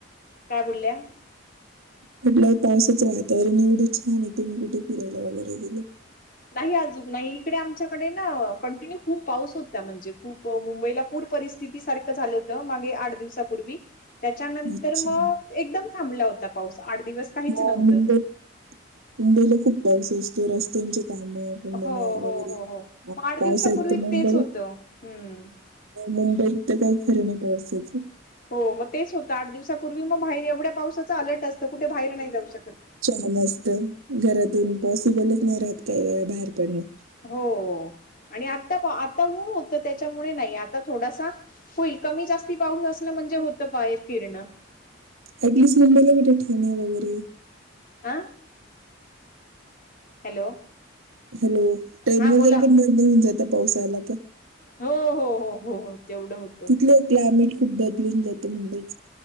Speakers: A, on the left (about 40°); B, on the right (about 85°).
A: काय बोलल्या.
B: म्हटलं पावसाचं वातावरण एवढं छान आहे तुम्ही कुठे फिरायला वगैरे गेलेत.
A: नाही अजून नाही इकडे आमच्याकडे ना कंटिन्यू खूप पाऊस होता म्हणजे खूप मुंबईला पूर परिस्थ. स्थिती सारखं झालं होत मागे आठ दिवसापूर्वी. त्याच्यानंतर
B: अच्छा
A: मग एकदम थांबला होता पाऊस आठ दिवस. काहीच
B: हो
A: नव्हतं.
B: मुंबई मुंबईला खूप पाऊस असतो रस्त्यांचे काम. वगैरे
A: हो हो हो हो
B: पाऊस
A: मग आठ दिवसापूर्वी
B: आहे का मुंबईत.
A: तेच होतं हम्म.
B: मुंबईत तर काही खरं नाही पावसाचं.
A: हो मग तेच होतं आठ दिवसाांपूर्वी मग बाहेर एवढ्या पावसाचं अलर्ट असतं कुठे बाहेर नाही जाऊ शकत.
B: चांगलं असत घरातून पॉसिबलच नाही राहत काही वेळा बाहेर पडणं.
A: हो आणि आता आता ऊन होतं त्याच्यामुळे नाही आता थोडासा. होईल कमी जास्ती पाऊस असल म्हणजे होतं बाहेर फिरणं.
B: ऍटलीस्ट म्हंबईला कुठे ठाणे वगैरे.
A: आं. हॅलो.
B: हॅलो ट्रेन
A: हा बोला.
B: वगैरे पण बंद होऊन जातं पाऊस आला तर.
A: हो हो हो हो हो तेवढं होत.
B: तुथलं क्लायमेट खूप बदलून जातं मुंबईच.